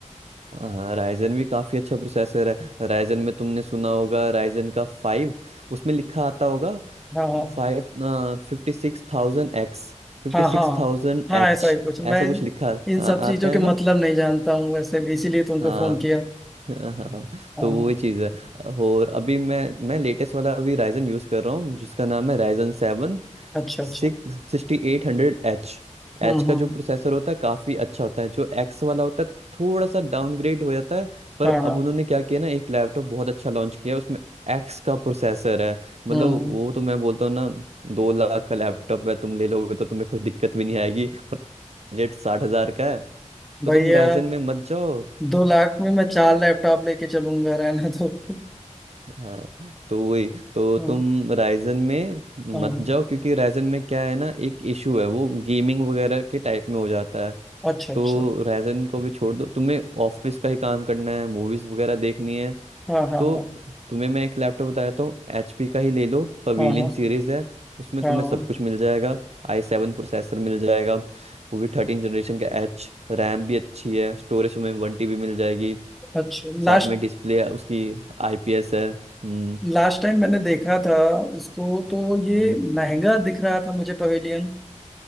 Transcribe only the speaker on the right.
हाँ राइजन भी काफी अच्छा प्रोसेसर है राइजन में तुमने सुना होगा राइजन का फाइव उसमें लिखा आता होगा
five fifty six thousand X fifty
six
thousand
H
ऐसा कुछ लिखा
हाँ,
आता
है
ना
हाँ
<laughs> हाँ हाँ,
तो वही चीज़ है और अभी मैं मैं लेटेस्ट वाला अभी राइजन यूज़ कर रहा हूँ जिसका नाम है Ryzen seven
six
sixty eight hundred H H
का
जो प्रोसेसर होता है काफ़ी अच्छा होता है जो एक्स वाला होता है थोड़ा सा डाउनग्रेड हो जाता है पर
अब उन्होंने क्या किया ना एक लैपटॉप बहुत अच्छा लॉन्च किया उसमें एक्स का प्रोसेसर है मतलब
वो तो मैं बोलता हूँ ना दो लाख का लैपटॉप है तुम ले लोगे तो तुम्हें कोई दिक्कत भी नहीं आएगी बजट साठ हज़ार का है
तो तुम राइजन में मत जाओ
हाँ तो वही तो
तुम राइजन में
मत जाओ क्योंकि राइजन में क्या है ना एक इशू है वो गेमिंग वगैरह के टाइप में हो जाता है
तो रैजन को भी छोड़ दो तुम्हें ऑफिस का ही काम करना है मूवीज वगैरह देखनी है
तो
तुम्हें मैं एक लैपटॉप बताया तो एचपी का ही ले लो पवेलियन
सीरीज है उसमें
तुम्हें सब कुछ मिल जाएगा आई सेवन प्रोसेसर मिल जाएगा वो भी थर्टीन जनरेशन का एच रैम भी अच्छी है स्टोरेज तुम्हें वन टीबी मिल जाएगी
साथ
में डिस्प्ले उसकी आईपीएस है हम्म
हम्म,